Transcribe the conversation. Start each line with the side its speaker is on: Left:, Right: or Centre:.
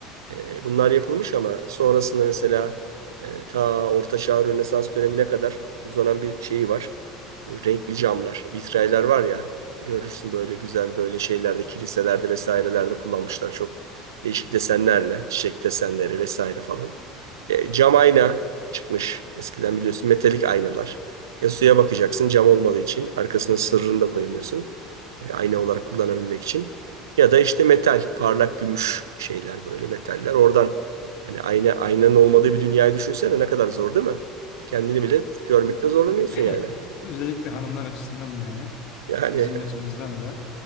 Right: E, bunlar yapılmış ama sonrasında mesela e, ta Orta Çağ Rönesans dönemine kadar uzanan bir şeyi var. Bu Renkli camlar, vitraylar var ya görürsün böyle güzel böyle şeylerde, kiliselerde vesairelerde kullanmışlar çok değişik desenlerle, çiçek desenleri vesaire falan. E, cam ayna çıkmış. Eskiden biliyorsun metalik aynalar. Ya suya bakacaksın cam olmadığı için arkasına sırrını da koyamıyorsun. E, ayna olarak kullanabilmek için. Ya da işte metal, parlak gümüş şeyler böyle metaller. Oradan hani ayna, aynanın olmadığı bir dünyayı düşünsene ne kadar zor değil mi? Kendini bile görmekte zorlanıyorsun
Left: <laughs>
Right: yani.
Left: Özellikle hanımlar açısından da yani
Right: Yani
Left: bizim açımızdan da